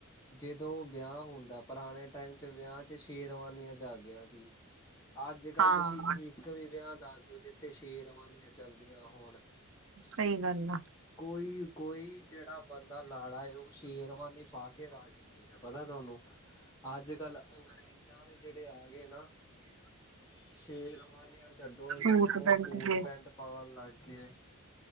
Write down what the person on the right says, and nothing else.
ਹਾਂ
ਸਈ ਗੱਲ ਐ।
ਸੂਟ
ਬੈਲਟ
ਜੇ